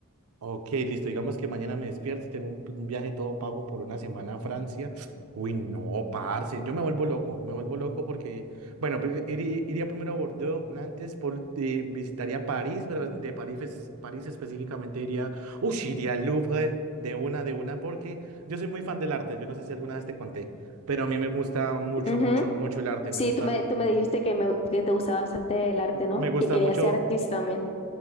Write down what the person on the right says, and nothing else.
Ok, listo. Digamos que mañana me despierto y tengo un, un viaje todo pago por una semana a Francia. Uy, no, parce. Yo me vuelvo loco. Me vuelvo loco porque, bueno, pri- iri- iría primero a Bordeaux, Nantes, por, eh, visitaría París, pero de París, es- París específicamente iría, uy, iría al Louvre de una, de una, porque yo soy muy fan del arte. Yo no sé si alguna vez te conté, pero a mí me gusta mucho,
mucho, mucho el arte.
Me gusta,
me gusta
mucho,